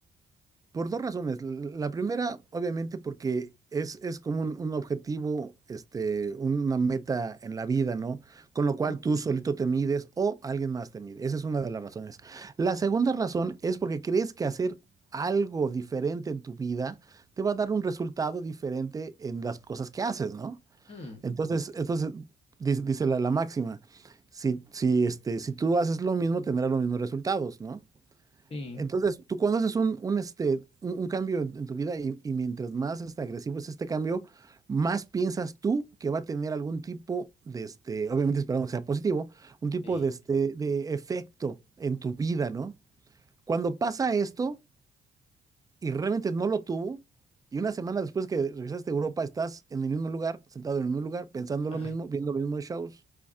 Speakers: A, on the right; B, on the left.
A: Por dos razones. L- La primera, obviamente, porque es, es como un, un objetivo, este, una meta en la vida, ¿no? Con lo cual
B: Mm,
A: tú solito te mides o alguien más te mide. Esa es una de las razones. La segunda razón es porque crees que hacer algo diferente en tu vida te va a dar un resultado diferente en las cosas que haces, ¿no?
B: mm,
A: Entonces, entonces dice, dice la, la máxima, si, si, este, si tú haces lo mismo, tendrás los mismos resultados, ¿no?
B: sí,
A: Entonces, tú cuando haces un, un, este, un, un cambio en, en tu vida y, y mientras más este, agresivo es este cambio, más piensas tú que va a tener algún tipo de, este, obviamente esperamos que sea positivo, un tipo
B: sí.
A: de, este, de efecto en tu vida, ¿no? Cuando pasa esto y realmente no lo tuvo, y una semana después que regresaste a Europa, estás en el mismo lugar, sentado en el mismo lugar, pensando
B: Ay,
A: lo mismo, viendo los mismos shows,